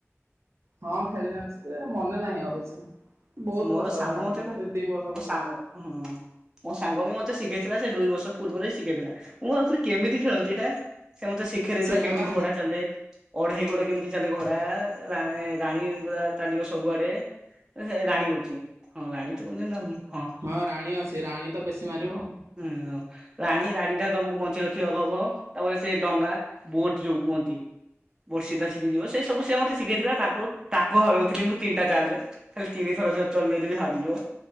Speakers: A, on the right; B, on the right.
A: ହଁ ଖେଳି ଯାଣିଚି ଜେ ମନେ ନାହିଁ ଆଉ କିଛି ବହୁତ
B: ମୋର
A: ବର୍ଷ
B: ସାଙ୍ଗ
A: ହେଲାଣି
B: ମତେ ତ
A: ଦି ବର୍ଷ
B: ମୋ
A: ପୂର୍ବରୁ
B: ସାଙ୍ଗ ହଁ। ମୋ ସାଙ୍ଗ ବି ମୋତେ ଶିଖେଇଥିଲା ସେ ଦୁଇ ବର୍ଷ ପୂର୍ବରୁ ହି ଶିଖେଇଥିଲା। ମୁଁ ଭାବୁଥିଲି କେମିତି ଖେଳନ୍ତି ଏଇଟା? ସେ ମତେ ଶିଖେଇ ଦେଇଥିଲା
A: ସେଇଟା
B: କେମିତି
A: ବା
B: ଘୋଡା ଚାଲେ ଅଢେଇ ଗୋଡ କେମିତି ଚାଲେ ଘଡା ରାଣୀ ପୁରା ଚାଲିବ ସବୁଆଡେ। ଏ ସେ ରାଣୀ କହୁଚି ହଁ ରାଣୀ ତ <unintelligible> ହଁ।
A: ହଁ ରାଣୀ ଅଛି ରାଣୀ ତ ବେଶୀ ମାରିବ।
B: ହୁଁ ରାଣୀ ରାଣୀ ଟା ତମକୁ ବଞ୍ଚି ରଖିବାକୁ ହବ ତାପରେ ସେ ଡଙ୍ଗା ବୋଟ ଯୋଉ କୁହନ୍ତି। ବୋଟ ସିଧା ସିଧି ଯିବ ସେ ସବୁ ସେ ମତେ ଶିଖେଇଥିଲା ତାକୁ ତାକୁ ହରଉଥିଲି ମୁଁ ତିନିଟା ଚାଲ ରେ। ଖାଲି ତିନିଥର ଚଲେଇ ଦେବି ହାରିଯିବ